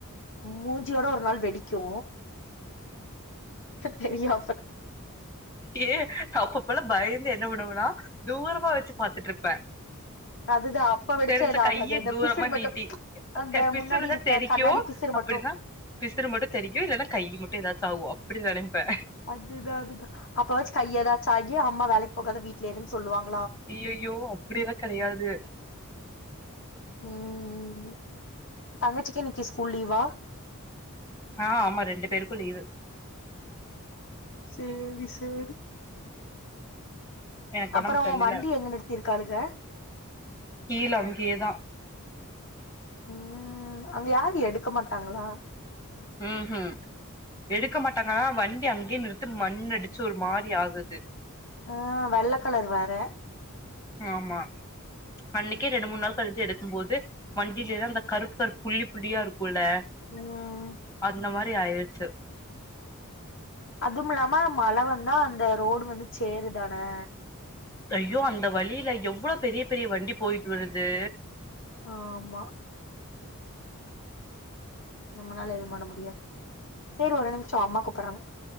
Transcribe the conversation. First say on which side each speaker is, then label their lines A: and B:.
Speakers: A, on the left; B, on the left.
A: மூஞ்சியோட ஒரு நாள் வெடி க்கு தெரியா
B: ஏ அப்பப்பல்லா பயந்தே என்ன விடுவனா தூரமா வச்சு பாத்துட்டு இருப்பே
A: அதுதா அப்ப வெடிச்சா
B: தெரிஞ்சா
A: எது ஆகாது
B: கைய
A: அந்த
B: தூரமா
A: பிசிறு மட்டு
B: நீட்டி
A: அந்த
B: பிசுறு
A: முன்னாடி இருக்க
B: தா தெரிக்கு
A: கண்ணாடி பிசிறு மட்டு
B: அப்டின்னா பிசுறு மட்டு தெரிக்கு இல்லன்னா கையு மட்டு ஏதாச்சு ஆகு அப்டி நெனைப்பே
A: அதுதா அதுதா அப்போவாச்சு கைய ஏதாச்சு ஆயி ஏ அம்மா வேலைக்கு போகாத வீட்ல இருன்னு சொல்லுவாங்க
B: அய்யயோ அப்டியெல்லா கெடயாது
A: உம் தங்கச்சிக்கு இன்னைக்கு ஸ்கூல் லீவா
B: ஆ ஆமா ரெண்டு பேருக்கு லீவு
A: சேரி சேரி
B: எனக்கு
A: அப்புறம்
B: ஒடம்பு சரியில்ல
A: வண்டி எங்க நிறுத்தியிருக்காளுக
B: கீழ அங்கேயேதா
A: ம் அங்க யாரும் எடுக்க மாட்டாங்களா
B: ம் ம் எடுக்க மாட்டாங்கன்னா வண்டி அங்கயே நிறுத்து மண் அடிச்சு ஒரு மாதிரி ஆகுது
A: ஆ வெள்ளக்கலர் வேற
B: ஆமா அன்னைக்கே ரெண்டு மூணு நாள் கழிஞ்சு எடுக்கும் போது வண்டியிலதான் அந்த கருப்பு கருப் புள்ளி புள்ளியா இருக் குமுள்ள
A: ம்
B: அந்த மாதிரி சே ஆயிருச்சு
A: அதும் இல்லாம மழை வந்தா அந்த ரோடு வந்து சேருதானே
B: ஐய்யோ அந்த வழியில எவ்ளோ பெரிய பெரிய வண்டி போயிட்டு வருது
A: ஆமா நம்மளால எது பண்ண முடியாது செரி ஒரு நிமிஷம் அம்மா கூப்பர்றாங்க